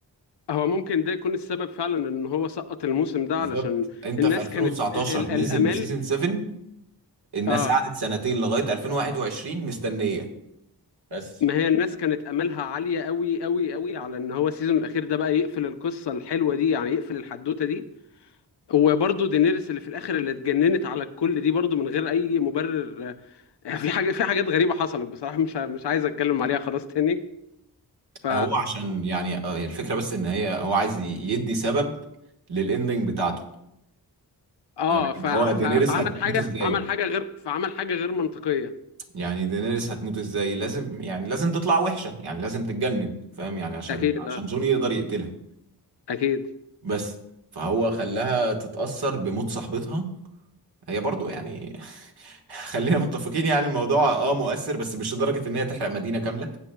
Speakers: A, on the left; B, on the right.
A: هو ممكن ده يكون السبب فعلا ان هو سقط الموسم ده
B: بالظبط
A: علشان
B: انت
A: الناس
B: في 2019
A: كانت ال- ال-
B: نزل
A: الامال
B: بسيزون 7 الناس
A: اه
B: قعدت سنتين لغايه 2021 مستنيه بس
A: ما هي الناس كانت املها عالية قوي قوي قوي على ان هو السيزون الاخير ده بقى يقفل القصة الحلوة دي يعني يقفل الحدوتة دي وبرضه دينيريس اللي في الاخر اللي اتجننت على الكل دي برضه من غير اي مبرر يعني في حاجة في حاجات غريبة حصلت بصراحة مش ع- مش عايز اتكلم عليها خلاص تاني ف
B: هو عشان يعني آه، هي الفكره بس ان هي هو عايز ي- يدي سبب للاندنج بتاعته
A: اه
B: يعني
A: ف...
B: اللي
A: ف...
B: هو دينيريس
A: فعمل
B: هتموت
A: حاجة
B: ازاي
A: عمل حاجة غير فعمل حاجة غير منطقية
B: يعني دينيريس هتموت ازاي لازم يعني لازم تطلع وحشه يعني لازم تتجنن فاهم يعني عشان
A: اكيد
B: عشان
A: اه
B: جون يقدر يقتلها
A: اكيد
B: بس فهو خلاها تتأثر بموت صاحبتها هي برضو يعني <laughs> خلينا متفقين يعني الموضوع اه مؤثر بس مش لدرجة ان هي تحرق مدينة كاملة